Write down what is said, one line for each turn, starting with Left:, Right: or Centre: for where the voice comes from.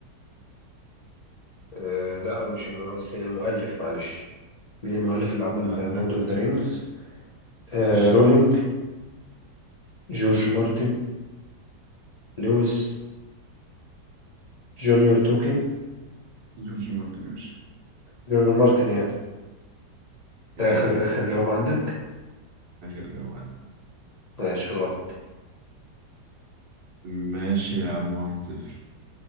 Left: أه لا مش الممثل المؤلف معلش مين المؤلف اللي عمل
Right: لا نركز
Left: لورد أوف ذا
Right: بقى
Left: رينجز؟ أه
Right: ماشي
Left: رولينج جورج مارتن لويس جونيور توكن
Right: جورج مارتن يا باشا
Left: جورج مارتن يعني ده
Right: ايه
Left: آخر آخر جواب عندك؟
Right: اخر جواد
Left: ماشي غلط
Right: ماشي يا عم واحد صفر